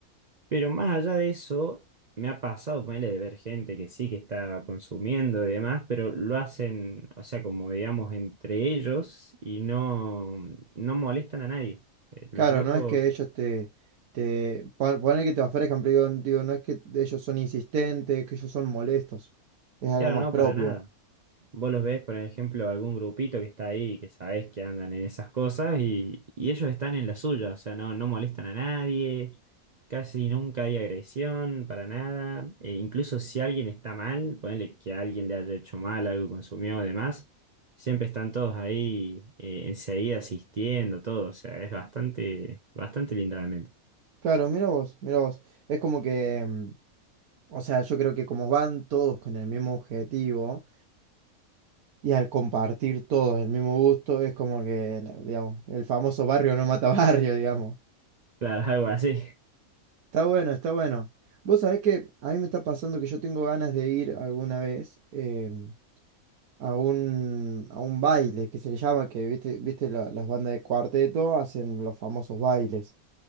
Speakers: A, on the right (about 55°); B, on the right (about 80°).
A: Pero más allá de eso, me ha pasado ponerle de ver gente que sí que está consumiendo y demás, pero lo hacen, o sea, como digamos, entre ellos y no, no molestan a nadie. Eh,
B: Claro,
A: Los locos,
B: no es que ellos te, te pon- ponele que te ofrezcan, pero digo, digo, no es que ellos son insistentes, que ellos son molestos, es algo
A: claro,
B: más
A: no,
B: propio.
A: para nada. Vos los ves, por ejemplo, algún grupito que está ahí, que sabés que andan en esas cosas y, y ellos están en la suya, o sea, no, no molestan a nadie, casi nunca hay agresión para nada, e incluso si alguien está mal, ponele que alguien le haya hecho mal, algo consumió, o demás, siempre están todos ahí eh, enseguida asistiendo, todo, o sea, es bastante, bastante lindo realmente.
B: Claro, mira vos, mira vos. Es como que, mm, o sea, yo creo que como van todos con el mismo objetivo y al compartir todos el mismo gusto, es como que, na- digamos, el famoso barrio no mata <laughs> barrio, digamos.
A: Claro, <laughs> algo así,
B: Está bueno, está bueno. Vos sabés que a mí me está pasando que yo tengo ganas de ir alguna vez. em, a un, a un baile que se le llama, que viste, viste la- las bandas de cuarteto hacen los famosos bailes.